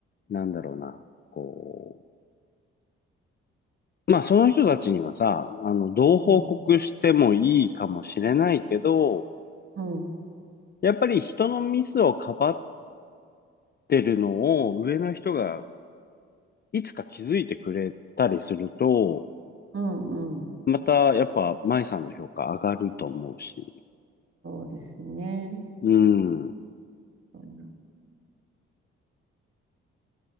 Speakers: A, on the left; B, on the right.
A: なんだろうな、こう、まあ、その人たちにはさ、あの、どう報告してもいいかもしれないけど、
B: うん、うん、
A: やっぱり人のミスをかばってるのを上の人がいつか気づいてくれたりすると、
B: うん、うん。
A: またやっぱ舞さんの評価上がると思うし。
B: そうですね。
A: うん。
B: うん